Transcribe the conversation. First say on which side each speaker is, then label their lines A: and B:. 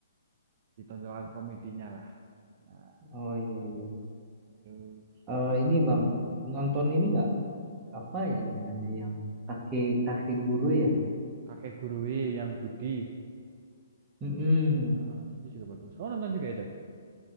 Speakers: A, on the right; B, on the right.
A: ditonjolkan komedinya lah. Nah,
B: oh iya iya
A: terus
B: Eh ini bang nonton ini nggak apa ya namanya yang kakek kakek guru ya
A: Kakek Gurui yang judi.
B: Mm-mm.
A: Ah, itu juga bagus. Oh, nonton juga itu.